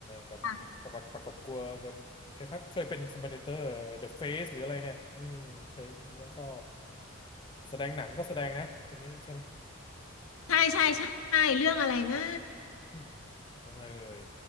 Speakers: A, on the left; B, on the left.
A: แบบปรากฏปรากฏกลัวบนคล้ายๆเคยเป็นคอมเมนเตอร์
B: ใช่
A: The Face หรืออะไรเนี่ยอืมเคยแล้วก็แสดงหนังก็แสดงนะคนนี้ใช่ไหม
B: ใช่ใช่ใช่เรื่องอะไรนะ
A: อืมยังไงเอ่ย